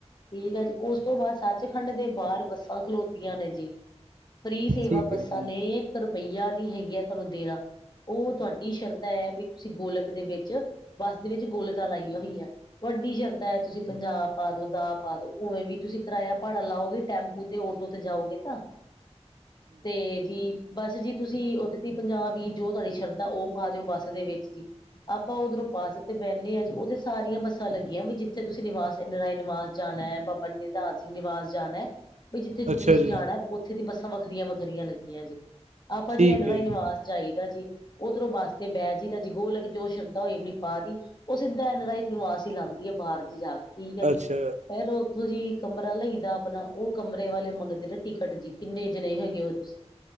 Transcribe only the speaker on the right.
ਠੀਕ
ਹੈ
ਅੱਛਾ
ਜੀ,
ਠੀਕ
ਹੈ ਜੀ।
ਅੱਛਾ,